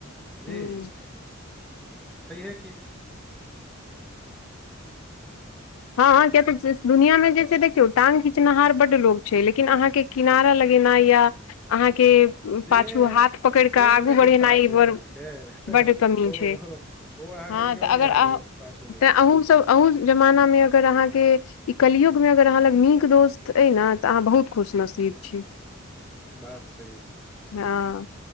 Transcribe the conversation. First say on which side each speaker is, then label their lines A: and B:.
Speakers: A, on the left; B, in the centre.
A: हुं
B: जी। छैहे की।
A: हँ-हँ किया त ज-ज दुनिया में जे छै देखियऔ टाँग खिचनाहर बड लोक छै लेकिन अहाँ के किनारा लगेनाइ या अहाँके
B: से
A: पाछू हाथ पकैड़
B: से
A: कऽ आगू
B: नहि ने
A: बढ़ेनाइ
B: केओ साथ
A: एहि
B: देत
A: पर
B: अहाँके
A: बड कमी
B: ओ
A: छै।
B: ओ अहाँके
A: हँ
B: केओ
A: त
B: नहि
A: अगर
B: अहाँके
A: अह
B: पाछू निभायत
A: तऽ अहूँ सब अहू जमाना में अगर अहाँके ई कलियुग में अगर अहाँ लग नीक दोस्त अइ न तऽ अहाँ बहुत खुशनसीब छी।
B: बात सही छै।
A: हँ